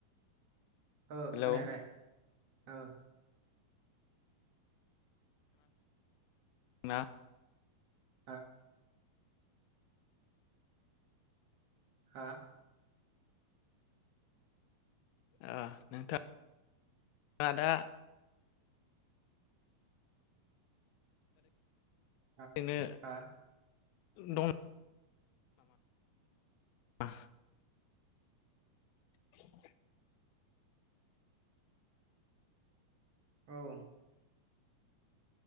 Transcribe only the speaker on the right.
औ
खोनायाखाय औ
<inaudible> हा
<inaudible>
औ